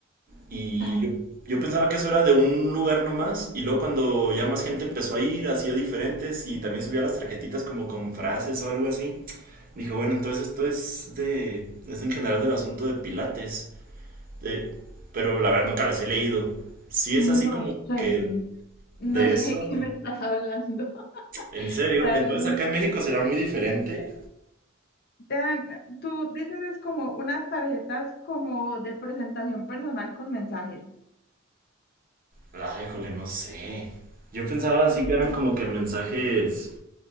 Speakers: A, on the right; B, on the left.
A: Y
B: Tarjetas.
A: yo, yo pensaba que eso era de un lugar nomás, y luego cuando ya más gente empezó a ir, hacía diferentes, y también subía las tarjetitas como con frases o algo así. Dije, bueno, entonces esto es de, es en general del asunto de Pilates, Eh, pero la verdad nunca las he leído. Sí es
B: No
A: así como
B: sé,
A: que
B: no
A: de
B: sé
A: eso,
B: <laughs> qué
A: de-
B: me estás hablando. <laughs>
A: en serio.
B: Realmente.
A: Entonces acá en México será muy diferente.
B: Te dan- tú dices es como unas tarjetas como de presentación personal con mensajes.
A: Ay, híjole, no sé. Yo pensaba así que eran como que mensajes,